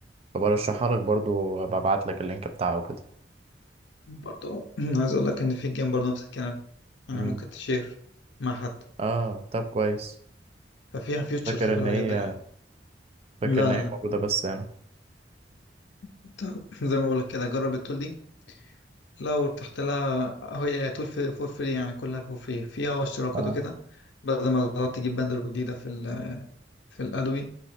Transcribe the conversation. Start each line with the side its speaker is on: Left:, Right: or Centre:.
Right: فبرشحها لك برضو ببعت لك اللينك بتاعه كده
Left: برضه <clears throat> عايز اقول لك ان في جيم برضه نفس الكلام يعني
Right: امم
Left: ممكن تشير مع حد
Right: اه طب كويس
Left: ففيها فيوتشرز
Right: فاكر
Left: حلوة
Right: ان هي
Left: جدا يعني
Right: فاكر
Left: لا
Right: ان
Left: لا
Right: هي موجوده بس هنا
Left: انت <clears throat> زي ما بقول لك كده جرب التول دي لو تحت لها هي طول في فور فري يعني كلها فور فري فيها اشتراكات
Right: اه
Left: وكده بدل ما تقعد تجيب باندل جديدة في ال في الأدوي